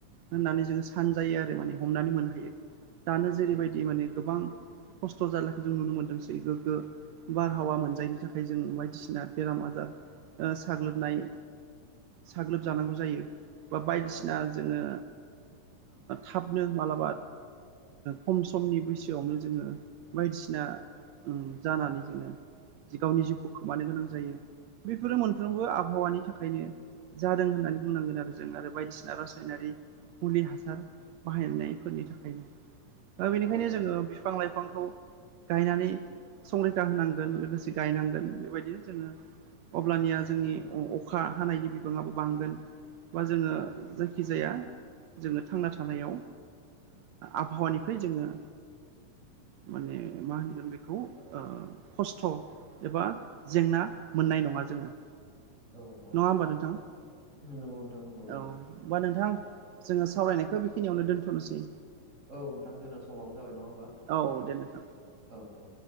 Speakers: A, on the right; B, on the right.
A: होननानै जोङो सानजायो आरो माने हमनानै मोननो हायो दानो जेरैबायदि
B: माने
A: माने गोबां खस्थ' जालाखौ जों नुनो मोनदोंसैबो बारहावा मोनजायनि थाखाय जों बायदिसिना बेराम आजार साग्लोबनाय साग्लोबजानांगौ जायो बा बायदिसिना
B: औ
A: जोङो थाबनो मालाबा खम समनि बैसोआवनो जोङो बायदिसिना जानानै जोङो गावनि जिउखौ खोमानो गोनां जायो बेफोरो मोनफ्रोमबो आबहावानि थाखाय ओंखायनो जादों होननानै बुंनांगोन आरो जों आरो बायदिसिना रासायनारि मुलि हासार बाहायनायफोरनि थाखायनो दा बेनिखायनो
B: औ
A: जोङो बिफां लाइफांखौ गायनानै संरैखा होनांगोन लोगोसे गायनांगोन बेबायदिनो जोङो अब्लानिया जोंनि अखा हानायनि बिबाङाबो बांगोन बा जोङो जायखि जखिजाया जोङो थांना थानायाव आबहावानिफ्राय जोङो माने मा होनगोन बे खौ खस्थ' एबा जेंना मोननाय नङा जोङो
B: औ औ
A: नङा होमबा नोंथां
B: नंगौ नोंथां नंगौ नंगौ
A: औ होमबा नोंथां जोङो सावरायनायखौ बेखिनियावनो दोनथ'नोसै
B: औ नोंथां जोंना समाबो जाबाय नङा होनबा
A: औ दे नोंथां
B: औ औ